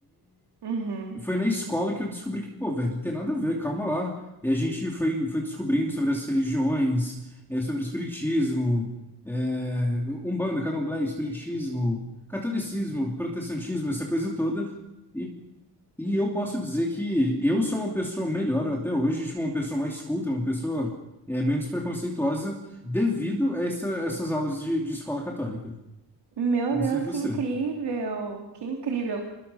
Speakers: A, on the right; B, in the centre.
A: uhum.
B: Foi na escola que eu descobri que, pô, velho, não tem nada a ver, calma lá. E a gente foi, foi descobrindo sobre as religiões, é, sobre o espiritismo, é, Umbanda, Candomblé, espiritismo, catolicismo, protestantismo, essa coisa toda. E, e eu posso dizer que eu sou uma pessoa melhor até hoje, tipo, uma pessoa mais culta, uma pessoa, é, menos preconceituosa, devido a essa- essas aulas de, de escola católica.
A: Meu
B: Eu não
A: Deus,
B: sei você.
A: que incrível, que incrível.